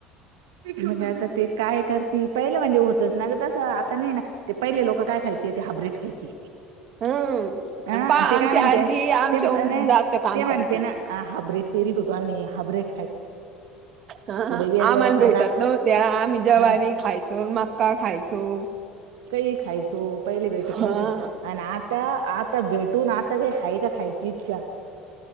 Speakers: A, on the right; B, on the right.
A: मग आता ते काय करती पहिलं म्हणजे होतच ना ग तसं आता नाही ना. ते पहिले लोक काय खायचे ते हाब्रेट खायचे
B: हम्म आणि
A: अं
B: पा
A: ते
B: आमची
A: काय म्हणते
B: आजी आमच्याहून
A: ते नाही
B: जास्त काम
A: ते म्हणते
B: करती
A: ना हा हाब्रेड पेरत होतो आणि हाब्रेड
B: ह
A: वेगळं
B: आम्हाला भेटत
A: आणि आता
B: नव्हत्या आम्ही जवारी
A: हा
B: खायचो मक्का खायचो. सो
A: काही खायचो पहिले भेटत
B: हा
A: नव्हतं आणि आता आता भेटून आ ता काही हय का खयची इच्छा